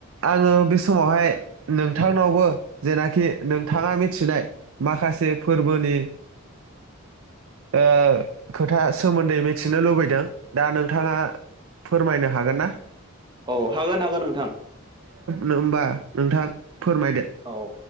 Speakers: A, on the right; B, on the right.
A: आङो बे समावहाय नोंथांनावबो जेनाखि नोंथाङा मिथिनाय माखासे फोरबो बोनि ओ खोथा सोमोन्दै मिथिनो लुबैदों दा नोंथाङा फोरमायनो हागोनना
B: औ हागोन हागोन नोंथां
A: नो होमबा नोंथां फोरमायदो
B: औ